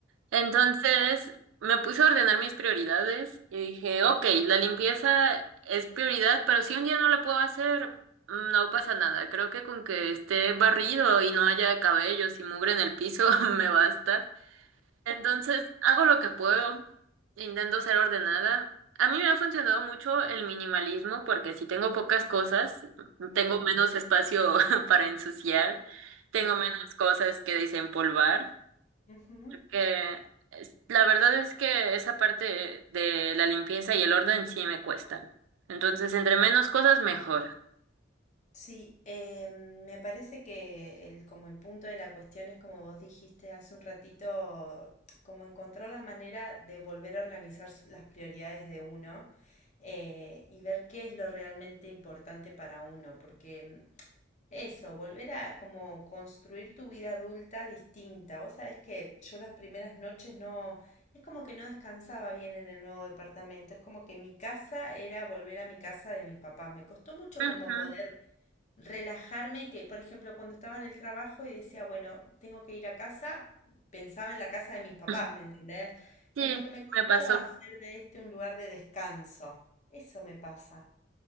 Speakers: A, on the right; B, on the left.
A: Entonces me puse a ordenar mis prioridades y dije, ok, la limpieza es prioridad, pero si un día no la puedo hacer, mm, no pasa nada. Creo que con que esté barrido y no haya cabellos y mugre en el piso <laughs> me basta. Entonces hago lo que puedo, intento ser ordenada. A mí me ha funcionado mucho el minimalismo porque si tengo pocas cosas,
B: Ah,
A: tengo
B: de una,
A: menos espacio <laughs> para ensuciar, tengo
B: de
A: menos
B: una.
A: cosas que desempolvar
B: Ujú.
A: que es- la verdad es que esa parte de la limpieza y el orden sí me cuestan. Entonces, entre menos cosas, mejor.
B: Sí, eh, me parece que el, como el punto de la cuestión es como vos dijiste hace un ratito, como encontrar la manera de volver a organizar s- las prioridades de uno eh, y ver qué es lo realmente importante para uno, porque em, Eso, volver a como construir tu vida adulta distinta. Vos sabés que yo las primeras noches no, es como que no descansaba bien en el nuevo departamento, es como que mi casa era volver a mi casa de mis papás. Me costó mucho
A: Ujú.
B: como poder relajarme y que, por ejemplo, cuando estaba en el trabajo y decía, bueno, tengo que ir a casa, pensaba en la casa de mis papás,
A: <laughs>
B: ¿me entendés?
A: Sí,
B: Como que me costó
A: me pasó.
B: hacer de este un lugar de descanso. Eso me pasa.